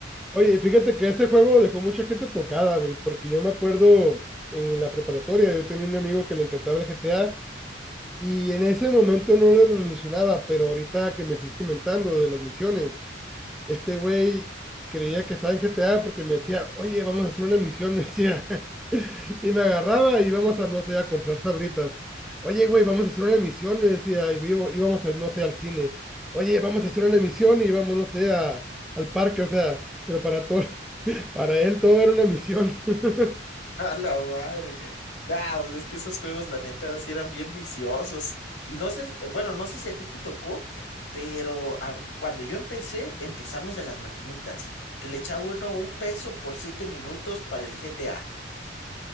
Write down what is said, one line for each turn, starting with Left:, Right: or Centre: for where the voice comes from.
Centre: Oye, fíjate que este juego dejó mucha gente tocada, güey, porque yo me acuerdo en la preparatoria, yo tenía un amigo que le encantaba el GTA Y en ese momento no lo relacionaba, pero ahorita que me estás comentando de las misiones, este güey creía que estaba en GTA porque me decía, oye, vamos a hacer una misión, me decía, <laughs> y me agarraba y íbamos a, no sé, a comprar sabritas. Oye, güey, vamos a hacer una misión, me decía, y vivo- íbamos, a, no sé, al cine. Oye, vamos a hacer una misión y íbamos, no sé, a- al parque, o sea, pero para todo, <laughs> para él todo era una misión. <laughs>
Left: A la madre. Nah, pues es que esos juegos, la neta, ahora sí eran bien viciosos. Y no sé, bueno, no sé si a ti te tocó, pero ah, cuando yo empecé, empezamos en las maquinitas, que le echaba uno un peso por siete minutos para el GTA.